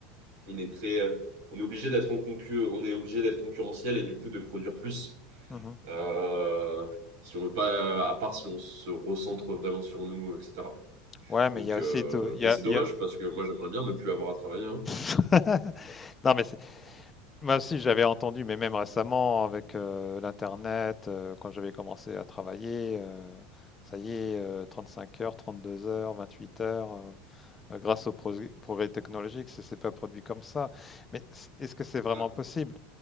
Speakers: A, on the right; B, on the left.
A: on est très euh, on est obligé d'être en concu- on est obligé d'être concurrentiel et du coup de produire plus.
B: Mhm.
A: Euh, si on veut pas, euh, à part si on se recentre vraiment sur nous, etc.
B: Ouais, mais
A: Donc,
B: il y a
A: euh,
B: aussi tout. Il
A: mais
B: y a,
A: c'est dommage
B: il y a-
A: parce que moi j'aimerais bien ne plus avoir à travailler. hein.
B: <laughs> Non, mais c'est- moi aussi j'avais entendu, mais même récemment avec euh, l'internet, euh, quand j'avais commencé à travailler, euh, ça y est, euh, 35 heures, 32 heures, 28 heures. euh, euh, grâce au progrès, progrès technologique, c'est c'est pas produit comme ça. Mais c- est-ce que c'est vraiment
A: <laughs>
B: possible?